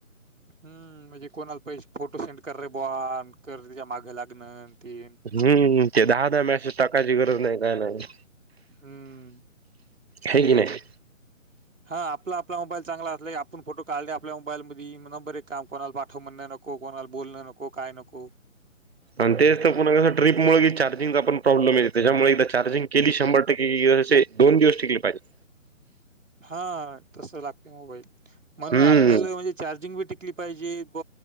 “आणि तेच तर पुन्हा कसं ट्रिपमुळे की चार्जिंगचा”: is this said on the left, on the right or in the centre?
Right